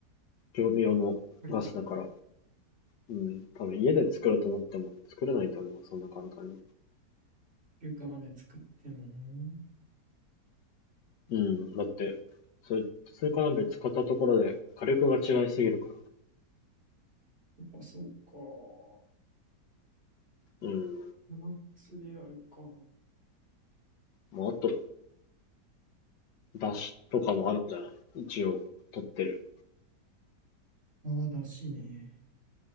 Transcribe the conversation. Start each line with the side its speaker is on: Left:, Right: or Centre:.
Left: 業務用のガスだから。
Right: ぱり、
Left: うん。多分家で作ろうと思っても作れないと思う。そんな簡単に。
Right: 中華鍋作っても、
Left: うん、だって、それ、それから別買ったところで火力が違いすぎるか
Right: やっぱそうか。
Left: ら。うん。
Right: マックスでやるか。
Left: まあ、あと、出汁とかもあるんじゃない一応、取ってる。
Right: ああ、だしね。